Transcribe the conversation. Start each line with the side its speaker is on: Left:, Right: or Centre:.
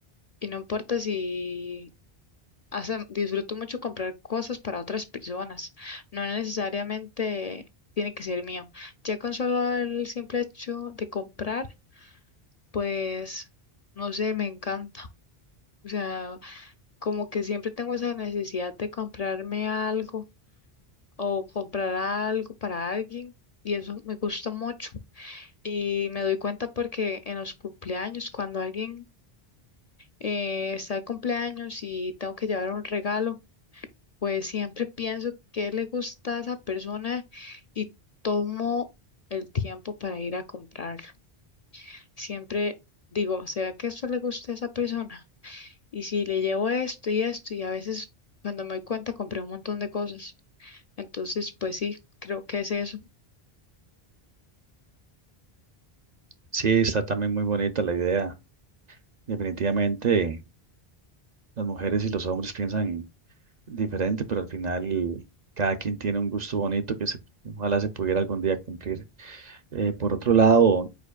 Left: y no importa si hasta disfruto mucho comprar cosas para otras personas. No necesariamente tiene que ser mío. Ya con solo el simple hecho de comprar, pues no sé, me encanta. O sea, como que siempre tengo esa necesidad de comprarme algo o comprar algo para alguien y eso me gusta mucho. Y me doy cuenta porque en los cumpleaños, cuando alguien eh, está de cumpleaños y tengo que llevar un regalo, pues siempre pienso qué le gusta a esa persona y tomo el tiempo para ir a comprarlo. Siempre digo, ¿será que esto le gusta a esa persona? Y si le llevo esto y esto, y a veces cuando me doy cuenta compré un montón de cosas. Entonces, pues sí, creo que es eso.
Right: Sí, está también muy bonita la idea. Definitivamente, las mujeres y los hombres piensan diferente, pero al final cada quien tiene un gusto bonito que se, ojalá se pudiera algún día cumplir. Eh, por otro lado,